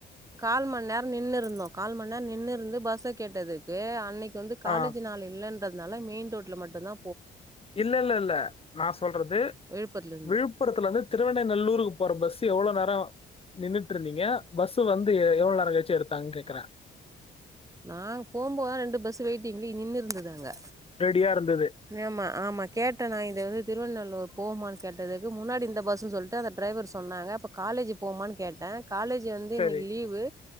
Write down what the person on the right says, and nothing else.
கால் மண் நேர நின்னுருந்தோ கால் மண் நேர நின்னுருந்து பஸ்ஸ கேட்டதுக்கு அன்னைக் கு‌ வந்து காலேஜு
நாள் இல்லன் றதுனால மெயின் ரோட்ல மட்டுந்தா
விழுப்புரத்துல இருந்து
நாங்க போம்போதுதா ரெண்டு பஸ்ஸு வெயிட்டிங்ளை நின்னுருந்தது அங்க
ஆமா ஆமா கேட்ட நா இது வந்து திருவண்ணல்லூர் போமான் கேட்டதுக்கு முன்னாடி இந்த பஸ்ஸு சொல்ட்டு அந்த டிரைவர் சொன்னாங்க இப்ப காலேஜு போமான்னு கேட்டே காலேஜ் வந்து
இன்னைக்கு லீவு